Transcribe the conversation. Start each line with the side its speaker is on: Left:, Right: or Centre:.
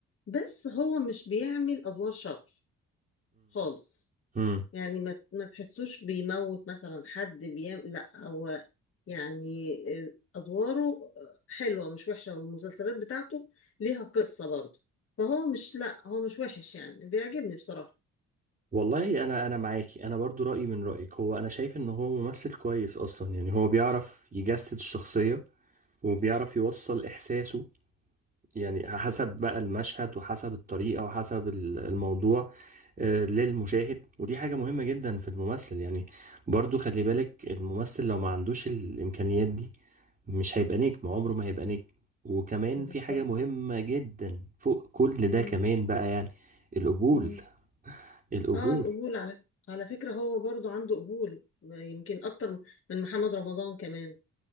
Left: بس هو مش بيعمل ادوار شر خالص
Right: امم
Left: يعني ما ما تحسوش بيموت مثلا حد بيعمل لا هو يعني آه، ادواره آه، حلوه مش وحشه والمسلسلات بتاعته ليها قصه برضه فهو مش لا هو مش وحش يعني بيعجبني بصراحه
Right: والله انا انا معاكي انا برضو رايي من رايك هو انا شايف ان هو ممثل كويس اصلا يعني هو بيعرف يجسد الشخصيه وبيعرف يوصل احساسه يعني حسب بقى المشهد وحسب الطريقه وحسب ال- الموضوع آه، للمشاهد ودي حاجه مهمه جدا في الممثل يعني برضو خلي بالك الممثل لو ما عندوش الامكانيات دي مش هيبقى نجم عمره ما هيبقى نجم وكمان
Left: بالظبط
Right: في حاجه مهمه جدا فوق كل ده
Left: مم.
Right: كمان بقى يعني القبول
Left: مم.
Right: القبول
Left: اه القبول على على فكره هو برضه عنده قبول يمكن اكتر من محمد رمضان كمان